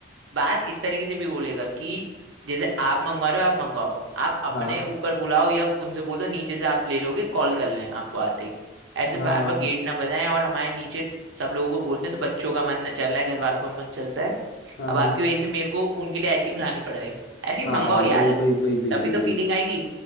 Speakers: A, on the right; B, on the left.
A: बात इस तरीके से भी बोलेगा कि जैसे आप मंगवा रहे हो आप मंगवाओ आप अपने
B: हाँ
A: ऊपर बुलाओ या उनसे बोलो नीचे से आप ले लोगे कॉल कर लें आपको आते ही ऐसे
B: हाँ
A: बार
B: हाँ
A: बार गेट ना बजाएं और हमारे नीचे सब लोगों को बोलते हैं तो बच्चों का मन ना चल रहा है घर वालों का मन चलता है
B: हाँ
A: अब
B: हाँ
A: आपकी वजह से मेरे को उनके लिए आइसक्रीम लानी पड़ गई आइसक्रीम
B: हाँ
A: मंगवाओ
B: हाँ,
A: यार
B: वही वही वही वही
A: तभी
B: वही
A: तो
B: वही
A: फीलिंग आएगी